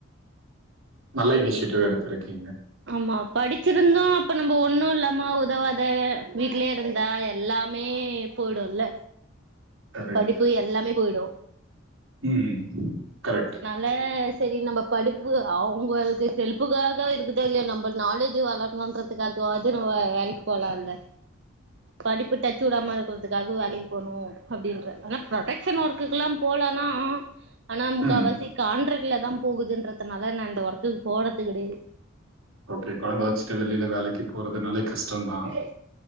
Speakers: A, on the right (about 85°); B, on the right (about 60°).
A: நல்ல இனிஷ்யேட்டுவ் எடுத்திருக்கீங்க
B: ஆமா படிச்சிருந்து அப்ப நம்ப ஒண்ணு இல்லாம உதவாத வீட்லயே இருந்தா எல்லா மே போய்டுல்ல
A: கரெக்ட்.
B: படிப்பு எல்லாமே போய்டு
A: ம் கரெக்ட்
B: ல செரி நம்ப படிப்பு அவங்களுக்கு ஹெல்ப்புக்காக இருக்குதொ இல்லயோ நம்ப நாலேஜு வளர்க்கணுன்ற துக்காகவாது நம்ம வ வேலெக்கி போலா இல்ல படிப்பு டச்சு உடாம இருக்கறதுக்காகவு வேலெக்கி போணு அப்பிடின்ற ஆனா ப்ரொடெக்ஷன் வர்க்குக்கு எல்லா போலான ஆனா முக்காவாசி
A: ம்.
B: கான்ட்ரக் ட்ல தா போகுதுன்றதுனால நா இந்த வர்க்குக்கு போறது கெடயாது
A: ஓகே கொழந்த வெச்சுட்டு வெளில வேலெக்கி போறதுனாலே கஷ்டொந்தா
B: அ